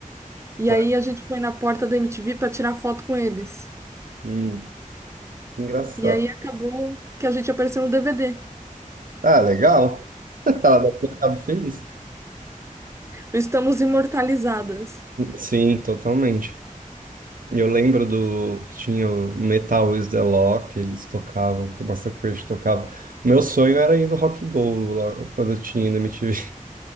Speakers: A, on the right; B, on the right.
A: E
B: é,
A: aí a gente foi na porta da MTV pra tirar foto com eles.
B: hum, que engraçado.
A: E aí acabou que a gente apareceu no DVD.
B: Ah, legal. <laughs> Tá, deve ter ficado feliz.
A: Estamos imortalizadas.
B: Sim, totalmente. Eu lembro do que tinha o Metal is the Law, que eles tocavam, que o Massacre tocava. Meu sonho era ir no Rock Go lá, quando eu tinha na MTV.